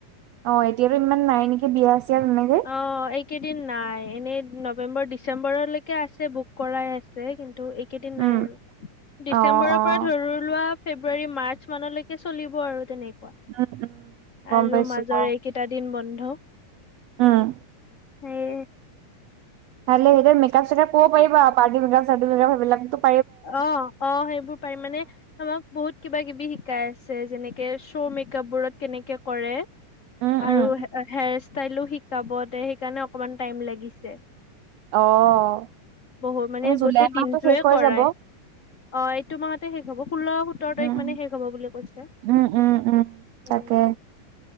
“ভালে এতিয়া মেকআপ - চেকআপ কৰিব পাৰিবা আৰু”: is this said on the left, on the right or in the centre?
Right